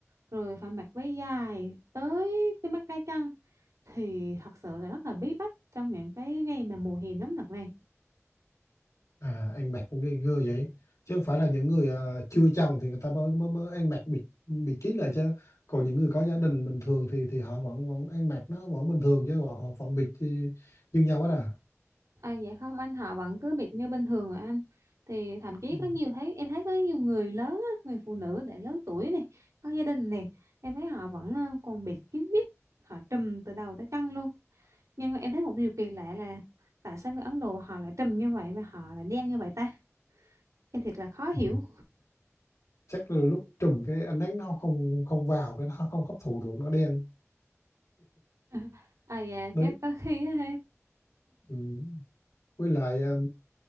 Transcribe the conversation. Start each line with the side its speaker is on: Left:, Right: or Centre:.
Right: rồi phải mặc váy dài tới cái mắt cá chân thì thật sự là rất là bí bách trong những cái ngày mà mùa hè nóng nực này
Left: à, anh mặc những cái người vậy chứ không phải là những người ờ, chưa chồng thì người ta mới mới, mới ăn mặc bịt bịt kín lại chứ còn những người có gia đình bình thường thì thì họ vẫn vẫn ăn mặc nó vẫn bình thường chứ họ, họ vẫn bịt thì như nhau hết à
Right: à dạ không anh họ vẫn cứ bịt như bình thường rồi anh thì thậm chí
Left: Ừ.
Right: có nhiều thấy em thấy có nhiều người lớn á, người phụ nữ đã lớn tuổi này có gia đình này em thấy họ vẫn ờ, còn bịt kín mít họ trùm từ đầu tới chân luôn nhưng mà em thấy một điều kỳ lạ là tại sao người Ấn Độ họ lại trùm như vậy mà họ lại đen như vậy ta em thiệt là khó hiểu
Left: Ừ. chắc là lúc trùm cái ánh nắng nó không không vào cái nó không hấp thụ được nó đen
Right: <laughs> à dạ
Left: đấy
Right: chắc có khi á ha
Left: ừ. với lại ờ,